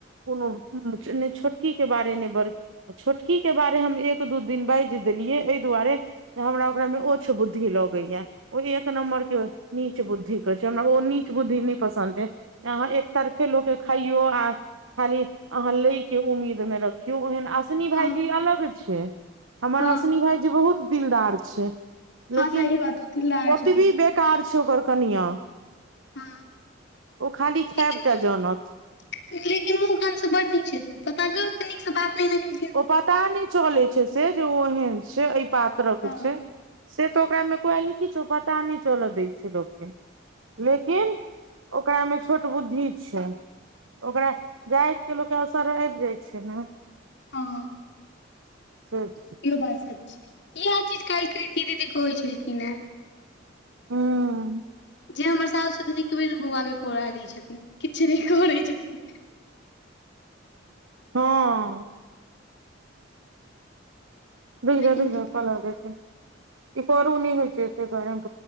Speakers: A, on the right (about 80°); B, on the left (about 60°).
A: कोनो, ने छोटकी के बारे ने बरकी छोटकी के बारे हम एक दू दिन बैज देलियै अई दुआरे हमरा ओकरा मे ओछ बुद्धि लगैया, ओ एक नम्बर के नीच बुद्धि क छै। हमरा ओ नीच बुद्धि नै पसंद अई, तें सरफे लऽ के खइयो आ खाली, अहाँ लै के उम्मीद में रखियो, ओहेन आस असनी
B: हँ
A: भाायजी अलग छै। हमर
B: हँ
A: असनी भायजी बहुत दिलदार छै।
B: हँ
A: लेकिन,
B: सही बात ओ दिलदार छथिन
A: ओतबी बेकार छै ओकर कनिआ।
B: हँ
A: ओ खाली खेब
B: लेकिन
A: टा
B: मुँह
A: जनत।
B: लेकिन मुह-कान सब बड़ नीक छैथिन्ह। <unintelligible> पता नैय कयिक नीकसँ बाते नहि करैत
A: ओ पता नै चलैय छै से जे ओ एहन छै। अई पात्रक
B: हँ
A: छै। से त ओकरामे क्वालिटी छौ, पता नै चलऽ दैय छै लोक के। लेकिन, ओकरामे छोट बुद्धि छै। ओकरा जाईत के लोक के असर आइब जाइ छै न।
B: ह
A: ह <unintelligible>
B: इहो बात सच छै। इहे चीज काइल कृति दीदी कहैय छलखिनह।
A: हूँ
B: जे हमर साओस नितुअइन बौआ के कोरा लैय छथिन। किछु नहि करैय छथिन।
A: हं भिग जाय
B: लेकिन
A: भिग जाय पलर जाय छै। इ करू नहि होइ छै एत्ते गरम